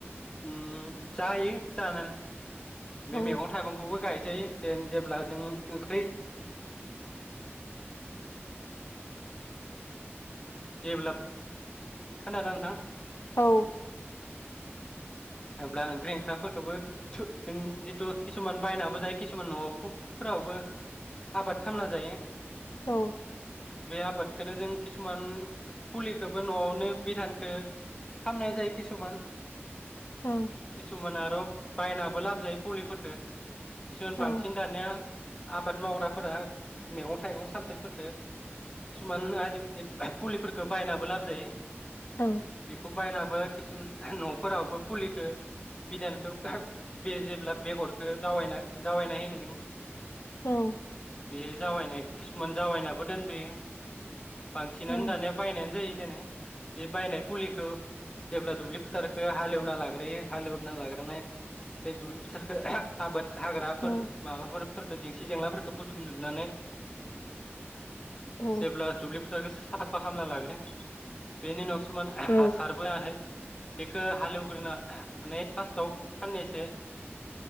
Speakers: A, on the left (about 20°); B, on the left (about 70°).
A: ओम जायो जानालाय बे
B: हो
A: मैगं थाइगंखौबो गाय जायो जेब्ला जों ओंख्रि जेब्ला खोनादों नोंथां
B: औ
A: अब्ला ओंख्रि ओंखामफोरखौबो जों जिथु किसुमान बायनाबो जायो किसुमान न'आव फोरावबो आबाद खालामना जायो
B: औ
A: बे आबादखोनो जों किसुमान फुलिखौबो न'आवनो बिधानखो खामनाय जायो किसुमान
B: औ
A: किसुमाना बायनाबो लाबो जायो फुलिफोरफोरखौ किसुमान
B: औ
A: बांसिन दानिया आबाद मावग्राफोरा मेगं थाइगं सामथायाइफोरफोरखौ किसुमान आजिखालि फुलिफोरफोरखो बायनाबो लाबो जायो
B: औ
A: बेखौ बायनाबो किसुमान न'फोरावबो फुलिखौ बिदानखौ बे जेब्ला बेगरखौ जावना जावैनाय होनो जों
B: औ
A: बे जावायनाय किसुमान जावायनाबो दोनदयो बांसिनानो
B: औ
A: दानिया बायनानै जायो दोनो बे बायनाय फुलिखौ जेब्ला दुब्लि फोथारखौ हालेवना लाग्रोयो हालेवना लाग्रोनाय बे दुब्लि फोथारखो आबाद हाग्राफोर
B: औ
A: माबाफोर फोरखो जेंसि जेंलाफोरखौ बुथुमजोबनानै
B: औ औ
A: जेब्ला दुब्लि फोथारखो साफा खालामना लागोन बेनि उनाव किसुमान
B: औ
A: हासारबोआहाय बेखौ हालेवग्रोन माने फार्स्टआव साननैसो